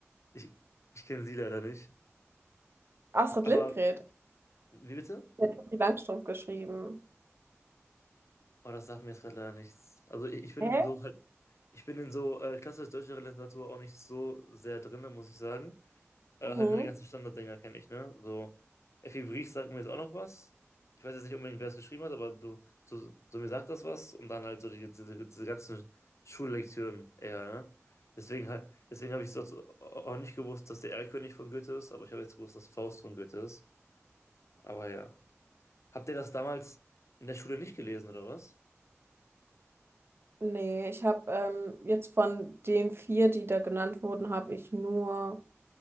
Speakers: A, on the left (about 70°); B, on the right (about 50°).
A: Ich, ich kenne sie leider nicht.
B: Astrid
A: Aber,
B: Lindgren,
A: wie bitte?
B: hat die Langstrumpf geschrieben.
A: Oh, das sagt mir jetzt gerade leider nichts. Also ich, ich bin
B: Hä?
A: so halt, ich bin in so äh, klassisch deutscher Literatur auch nicht so sehr drinne, muss ich sagen. Äh,
B: Mhm.
A: halt nur die ganzen Standarddinger kenne ich, ne? So, Effi Brief sagt mir jetzt auch noch was. Ich weiß jetzt nicht unbedingt, wer es geschrieben hat, aber du, so, so mir sagt das was und dann halt so die, diese, diese ganzen Schullektüren eher, ne? Deswegen, halt- deswegen habe ich sonst auch nicht gewusst, dass der Erlkönig von Goethe ist, aber ich habe jetzt gewusst, dass Faust von Goethe ist. Aber ja. Habt ihr das damals in der Schule nicht gelesen, oder was?
B: Nee, ich habe ähm, jetzt von den vier, die da genannt wurden, habe ich nur